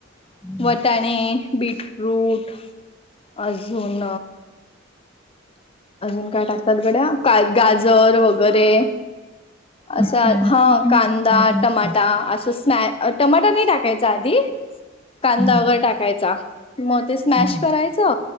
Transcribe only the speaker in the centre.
बर.
मग
शाळेत
खूप मिक्स
भाज्या असतात.
हम्म,
हम्म,